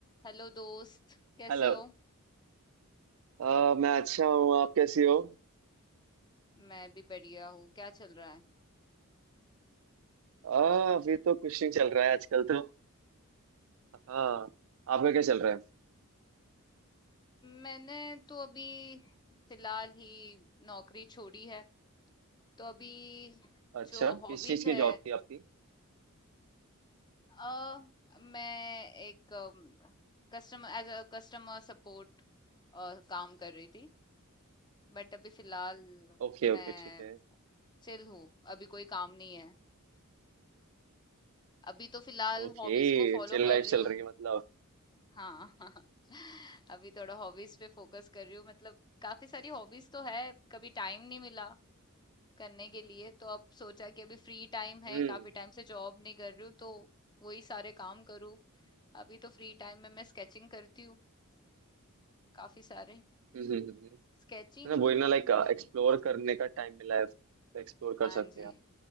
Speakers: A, on the left; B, on the right.
A: Hello दोस्त कैसे
B: Hello
A: हो
B: अ, मैं अच्छा हूँ आप कैसी हो
A: मैं भी बढ़िया हूँ क्या चल रहा है
B: अ, अभी तो कुछ नहीं चल रहा है आजकल तो हाँ आपका क्या चल रहा है
A: मैंने तो अभी फिलहाल ही नौकरी छोड़ी है तो अभी
B: अच्छा
A: जो हॉबीज
B: किस चीज़
A: है
B: की जॉब थी आपकी
A: अ मैं एक कस्टमर एज अ कस्टमर सपोर्ट काम कर रही थी बट अभी फिलहाल
B: ओके
A: मैं
B: ओके ठीक है
A: चिल हूँ अभी कोई काम नहीं है अभी तो फिलहाल
B: ओके
A: हॉबीज को फॉलो
B: चिल लाइफ
A: कर रही
B: चल
A: हूँ
B: रही है मतलब
A: हाँ <laughs> अभी थोड़ा हॉबीज पे फोकस कर रही हूँ मतलब काफी सारी हॉबीज तो है कभी टाइम नहीं मिला करने के लिए तो अब सोचा कि अभी फ्री टाइम है
B: हम्म हम्म
A: काफी टाइम से जॉब नहीं कर रही हूँ तो वही सारे काम करूँ अभी तो फ्री टाइम में मैं स्केचिंग करती हूँ काफी सारे
B: हम्म, हम्म, हम्म।
A: स्केचिंग
B: ना वही ना लाइक एक्सप्लोर करने का टाइम मिला है तो एक्सप्लोर
A: हाँ
B: कर सकते
A: जी
B: हैं आप